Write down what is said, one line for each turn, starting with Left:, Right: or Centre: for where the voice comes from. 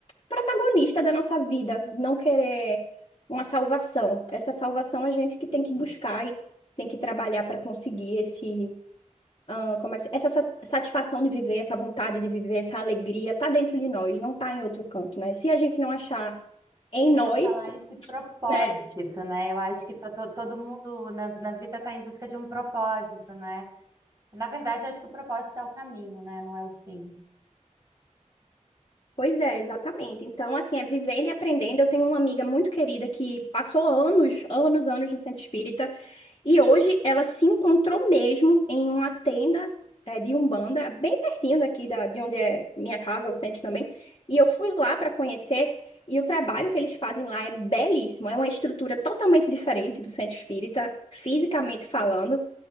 Left: protagonista da nossa vida, não querer uma salvação. Essa salvação a gente que tem que buscar e tem que trabalhar para conseguir esse, ah, como é que, se- essa sa- satisfação de viver, essa vontade de viver, essa alegria, tá dentro de nós, não tá em outro canto, né? Se a gente não achar em
Right: Eu
Left: nós,
Right: ia falar esse propósito,
Left: né?
Right: né? Eu acho que tá to- todo mundo na, na vida está em busca de um propósito, né? Na verdade, eu acho que o propósito é o caminho, né? Não é o fim.
Left: Pois é, exatamente. Então, assim, é vivendo e aprendendo. Eu tenho uma amiga muito querida que passou anos, anos, anos no centro espírita. E hoje ela se encontrou mesmo em uma tenda é, de Umbanda, bem pertinho daqui da, de onde é minha casa, o centro também. E eu fui lá para conhecer, e o trabalho que eles fazem lá é belíssimo. É uma estrutura totalmente diferente do centro espírita, fisicamente falando.